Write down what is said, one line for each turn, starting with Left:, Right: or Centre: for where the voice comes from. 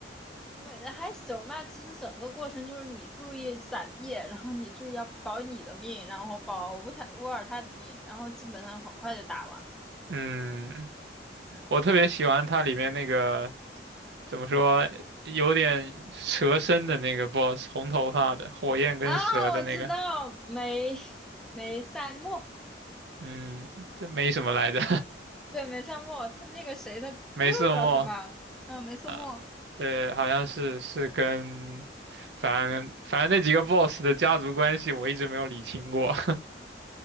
Centre: 没还行吧，其实整个过程就是你注意闪避，然后你就要保你的命，然后保乌泰乌尔泰的命，然后基本上很快就打完。
Right: 嗯，我特别喜欢它里面那个怎么说，有点蛇身的那个 BOSS，红头发的，火焰跟蛇的那个。
Centre: 啊，我知道梅梅赛莫，
Right: 嗯，这没什么来着，
Centre: 对梅赛莫，他那个谁的哥哥是吧？
Right: <laughs> 没瑟莫。
Centre: 嗯，梅赛莫，
Right: 啊，对，好像是是跟，反正反正那几个 BOSS 的家族关系我一直没有理清过。